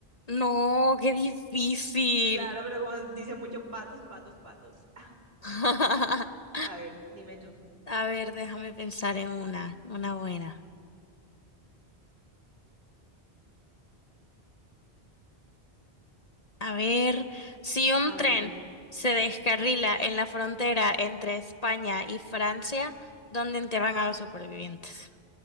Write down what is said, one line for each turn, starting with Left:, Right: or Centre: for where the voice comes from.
Left: No, qué difícil.
Right: claro, pero como dicen muchos patos, patos, patos. <laughs>
Left: <laughs>
Right: A ver, dime tú.
Left: A ver, déjame pensar en una, una buena. A ver, si un
Right: A
Left: tren
Right: ver,
Left: se descarrila en la frontera entre España y Francia, ¿dónde enterran a los supervivientes?